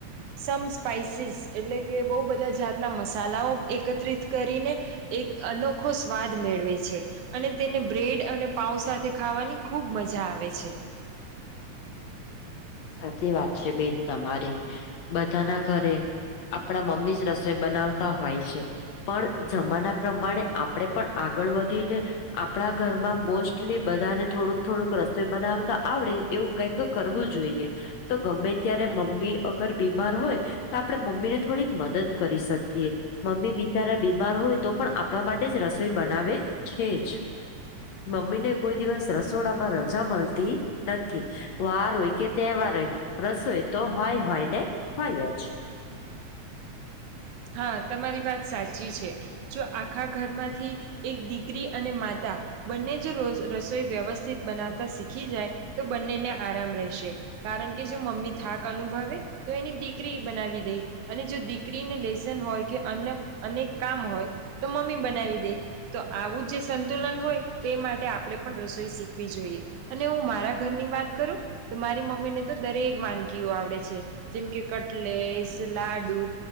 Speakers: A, on the right (about 75°); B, on the left (about 65°).
A: સમ સ્પાઈસીસ એટલે કે બહુ બધા જાતના મસાલાઓ એકત્રિત કરીને એક અનોખો સ્વાદ મેળવે છે અને તેને બ્રેડ અને પાઉ સાથે ખાવાની ખુબ મજા આવે છે
B: સાચી વાત છે બેન તમારી બધાના ઘરે આપણા મમ્મી જ રસોઈ બનાવતા હોય છે પણ જમાના પ્રમાણે આપણે પણ આગળ વધીને આપણા ઘરમાં મોસ્ટલી બધાને થોડુંક થોડુંક રસોઈ બનાવતા આવડે, એવું કંઈક કરવું જોઈએ તો ગમે ત્યારે મમ્મી અગર બીમાર હોય, તો આપણે મમ્મીને થોડીક મદદ કરી શકીએ. મમ્મી બિચારા બીમાર હોય તો પણ આપણા માટે જ રસોઈ બનાવે છે, જ મમ્મી ને કોઈ દિવસ રસોડામાં રજા મળતી નથી વાર હોય કે, તહેવાર હોય રસોઈ તો હોય હોય ને હોય જ,
A: હા તમારી વાત સાચી છે. જો આખા ઘરમાંથી એક દીકરી અને માતા, બંને જ રોજ રસોઈ વ્યવસ્થિત બનાવતા શીખી જાય તો બંનેને આરામ રહેશે. કારણ કે જો મમ્મી થાક અનુભવે તો એની દીકરી બનાવી દે અને જો દીકરીને લે, <unintelligible> કામ હોય તો મમ્મી બનાવી દે, આવું જે સંતુલન હોય તે માટે આપડે પણ રસોઈ શીખ, વી જોઈએ અને હું મારા ઘર ની વાત કરું તો મારી મમ્મી ને, તો દરેક વાનગીઓ આવડે છે જેમ કે કટલેસ લાડુ,